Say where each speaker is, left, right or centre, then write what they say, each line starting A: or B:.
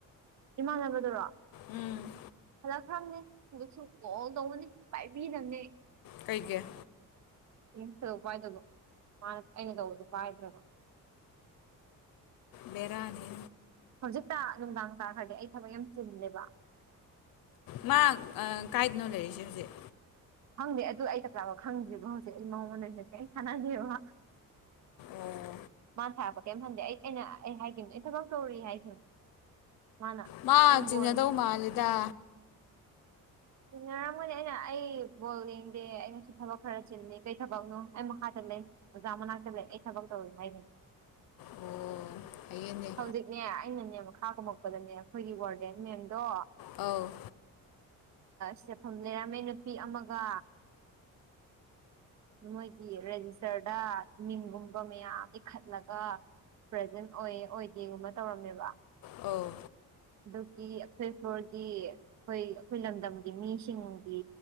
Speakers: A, on the right (about 55°); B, on the left (about 80°).
A: ꯏꯃꯥꯟꯅꯕꯗꯨꯔꯣ
B: ꯎꯝ
A: ꯐꯖꯛꯈ꯭ꯔꯕꯅꯤ ꯍꯧꯖꯤꯛꯁꯨ ꯀꯣꯜ ꯇꯧꯅꯅꯤ ꯄꯥꯏꯕꯤꯅꯕꯅꯦ
B: ꯀꯩꯒꯤꯦ
A: ꯏ ꯄꯥꯏꯗꯕ ꯃꯥ ꯑꯩꯅ ꯇꯧꯕꯗꯣ ꯄꯥꯏꯗ꯭ꯔꯕ
B: ꯕꯤꯔꯅꯤ
A: ꯍꯧꯖꯤꯛꯇ ꯅꯨꯡꯗꯥꯡ ꯇꯥꯈ꯭ꯔꯗꯤ ꯑꯩ ꯊꯕꯛ ꯌꯥꯝ ꯆꯨꯝꯃꯦꯕ
B: ꯃꯥ ꯀꯥꯏꯗꯅꯣ ꯂꯩꯔꯤꯁꯦ ꯍꯧꯖꯤꯛ
A: ꯈꯪꯗꯦ ꯑꯗꯨ ꯑꯩ ꯇ ꯆ꯭ꯔꯥꯕ ꯈꯪꯗ꯭ꯔꯤꯕꯣ ꯍꯧꯖꯤꯛ ꯑꯩ ꯃꯉꯣꯟꯁꯦ ꯑꯩꯅ ꯁꯥꯟꯅꯗꯕꯕ
B: ꯑꯣ
A: ꯃꯥ ꯁꯥꯔꯛꯄ ꯀꯩꯝ ꯍꯟꯗꯦ ꯑꯩ ꯑꯩꯅ ꯑꯩ ꯍꯥꯏꯈꯤꯕꯅꯦ ꯑꯩ ꯊꯕꯛ ꯇꯧꯔꯤ ꯍꯥꯏꯈꯤꯕꯅꯦ ꯃꯥꯅ
B: ꯃꯥ
A: ꯅꯪ
B: ꯆꯤꯡꯅꯗꯧ
A: ꯕꯣꯜꯗꯦ
B: ꯃꯥꯜꯂꯤꯗ
A: ꯆꯤꯟꯅꯔꯝꯃꯣꯏꯅꯦ ꯑꯩꯅ ꯑꯩ ꯕꯣꯜ ꯌꯦꯡꯗꯦ ꯑꯩ ꯉꯁꯤ ꯊꯕꯛ ꯈꯔ ꯆꯤꯟꯂꯤꯀꯩ ꯊꯕꯛꯅꯣ ꯑꯩ ꯃꯈꯥꯗ ꯂꯩ ꯑꯣꯖꯥ ꯃꯅꯥꯛꯇ ꯂꯩ ꯑꯩ ꯊꯕꯛ ꯇꯧꯔꯤ ꯍꯥꯏꯒꯦ
B: ꯑꯣ ꯐꯌꯦꯅꯦ
A: ꯍꯧꯖꯤꯛꯅꯦ ꯑꯩꯅꯅꯦ ꯃꯈꯥ ꯀꯨꯝꯃꯛꯄꯗꯅꯦ ꯑꯩꯈꯣꯏꯒꯤ ꯋꯥꯔꯗꯦꯟ ꯃꯦꯝꯗꯣ
B: ꯑꯧ
A: ꯆꯦꯐꯝ ꯂꯩꯔꯝꯃꯦ ꯅꯨꯄꯤ ꯑꯃꯒ ꯃꯣꯏꯒꯤ ꯔꯦꯖꯤꯁꯇꯔꯗ ꯃꯤꯡꯒꯨꯝꯕ ꯃꯌꯥꯝ ꯏꯈꯠꯂꯒ ꯄ꯭ꯔꯖꯦꯟ ꯑꯣꯏ ꯑꯣꯏꯗꯦꯒꯨꯝꯕ ꯇꯧꯔꯝꯃꯦꯕ
B: ꯑꯧ
A: ꯑꯗꯨꯒꯤ ꯑꯩꯈꯣꯏ ꯐꯂꯣꯔꯒꯤ ꯑꯩꯈꯣꯏ ꯑꯩꯈꯣꯏ ꯂꯝꯗꯝꯒꯤ ꯃꯤꯁꯤꯡꯒꯤ